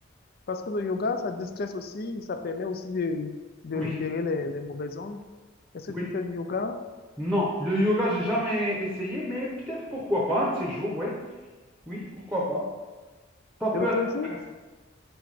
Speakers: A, on the left; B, in the centre.
A: parce que le yoga, ça déstresse aussi, ça permet aussi de, de
B: oui,
A: libérer les, les mauvaises ondes. Est-ce que
B: oui.
A: tu fais du yoga?
B: Non, le yoga, j'ai jamais essayé, mais peut-être pourquoi pas, un de ces jours, oui. Oui, pourquoi pas. Ça
A: Et
B: peut
A: le kung
B: être
A: fu?
B: intéressant.